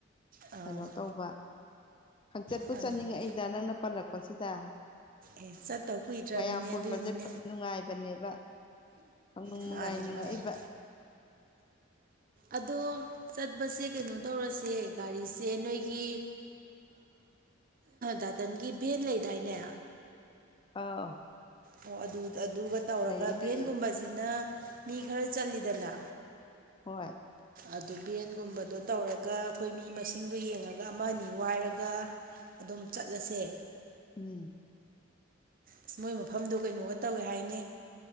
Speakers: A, on the right; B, on the left.
A: ꯑꯥ
B: ꯀꯩꯅꯣ ꯇꯧꯕ ꯈꯪꯆꯠꯄꯨ
A: ꯃꯥꯅꯦ
B: ꯆꯠꯅꯤꯡꯉꯦꯗ
A: ꯃꯥꯅꯦ
B: ꯅꯪꯅ ꯄꯜꯂꯛꯄꯁꯤꯗ
A: ꯑꯦ ꯆꯠꯇꯧ ꯀꯨꯏꯗ꯭ꯔꯕꯅꯤꯅꯦ
B: ꯃꯌꯥꯝ ꯄꯨꯟꯕꯁꯦ
A: ꯑꯗꯨꯏꯅꯦ
B: ꯅꯨꯡꯉꯥꯏꯕꯅꯦꯕ ꯈꯪꯅꯨꯡ
A: ꯃꯥꯅꯦ
B: ꯅꯨꯡꯉꯥꯏꯅꯤꯡꯏꯕꯥ
A: ꯃꯥꯅꯦ ꯑꯗꯣ ꯆꯠꯄꯁꯦ ꯀꯩꯅꯣ ꯇꯧꯔꯁꯦ ꯒꯥꯔꯤꯁꯦ ꯅꯣꯏꯒꯤ ꯗꯥꯇꯟꯒꯤ ꯚꯦꯟ ꯂꯩꯗꯥꯏꯅꯦ
B: ꯑꯥꯎ
A: ꯑꯣ ꯑꯗꯨꯒ ꯇꯧꯔꯒ
B: ꯂꯩꯌꯦ
A: ꯚꯦꯟꯒꯨꯝꯕꯁꯤꯅ
B: ꯂꯩꯌꯦ
A: ꯃꯤ ꯈꯔ ꯆꯜꯂꯤꯗꯅ
B: ꯍꯣꯏ
A: ꯑꯗꯨ ꯚꯦꯟꯒꯨꯝꯕꯗꯣ ꯇꯧꯔꯒ ꯑꯩꯈꯣꯏ ꯃꯤ ꯃꯁꯤꯡꯗꯣ ꯌꯦꯡꯉꯒ ꯑꯃ ꯑꯅꯤ ꯋꯥꯏꯔꯒ ꯑꯗꯨꯝ ꯆꯠꯂꯁꯦ
B: ꯎꯝ
A: ꯑꯁ ꯃꯣꯏ ꯃꯐꯝꯗꯣ ꯀꯩꯅꯣꯒ ꯇꯧꯏ ꯍꯥꯏꯅꯦ